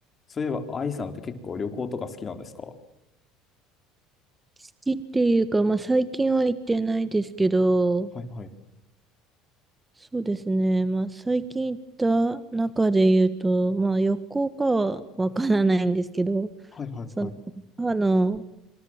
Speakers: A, on the left; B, on the right.
A: そういえば、愛さんって結構旅行とか好きなんですか
B: 好きっていうか、まあ最近は行ってないですけど、
A: はいはい。
B: そうですね。まあ最近行った中で言うと、まあ旅行かはわからないんですけど、
A: はいはいはい。
B: その母の